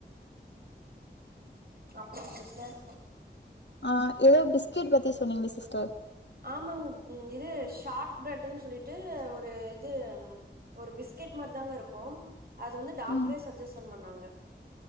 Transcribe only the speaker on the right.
அப்ரோ சிஸ்டர்
ஆமாங் இது ஷார்ட் ப்ரெட்ன்னு சொல்லிட்டு ஒரு திம் ஒரு பிஸ்கெட் மாரிதாங்க இருக்கும் அது வந்து டாக்டரே
சஜ்ஜசன் பண்ணாங்க